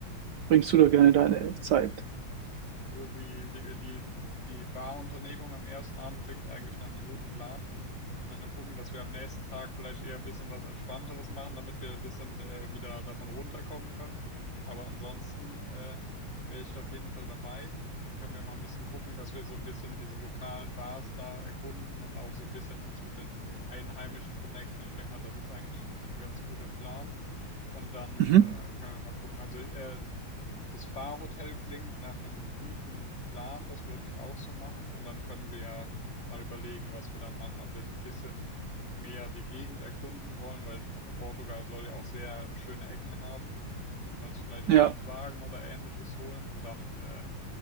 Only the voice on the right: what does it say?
verbringst du da gerne deine Zeit?
Mhm.
Ja,